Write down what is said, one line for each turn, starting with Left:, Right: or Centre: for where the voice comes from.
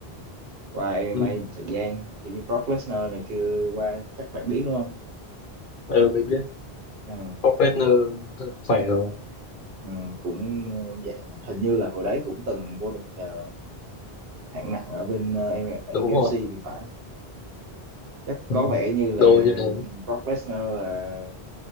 Right: qua MMA
Left: ừ.
Right: một thời gian kiểu như Brock Lesnar này kia qua chắc bạn biết đúng không
Left: ừ mình biết
Right: ừ,
Left: Brock khỏe rồi
Right: ừ, cũng dạng hình như là hồi đấy cũng từng vô địch ờ, hạng nặng ở bên ờ,
Left: đúng
Right: UFC
Left: rồi
Right: thì phải chắc
Left: đúng
Right: có
Left: rồi.
Right: vẻ như là
Left: đồ như thế
Right: Brock Lesnar là